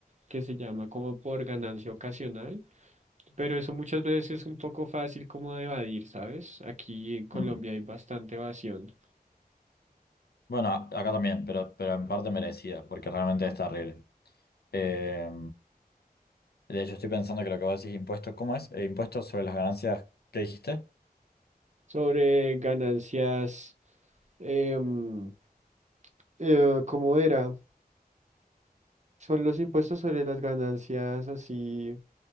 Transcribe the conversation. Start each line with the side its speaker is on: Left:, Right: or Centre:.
Right: que se llama como por ganancia ocasional. Pero eso muchas veces es un poco fácil como de evadir, ¿sabes? Aquí en Colombia
Left: Mm.
Right: hay bastante evasión
Left: Bueno, a- acá también, pero, pero en parte merecida, porque realmente es terrible. Eh, De hecho, estoy pensando que lo que vos decís impuestos, ¿cómo es? Eh, impuestos sobre las ganancias, ¿qué dijiste?
Right: sobre ganancias, em, eh, ¿cómo era? Son los impuestos sobre las ganancias así,